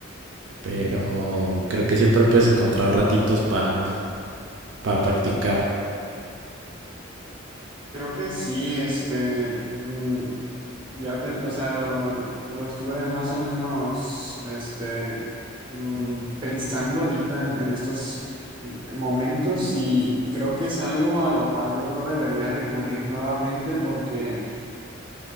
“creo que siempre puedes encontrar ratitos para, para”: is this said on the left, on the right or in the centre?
Right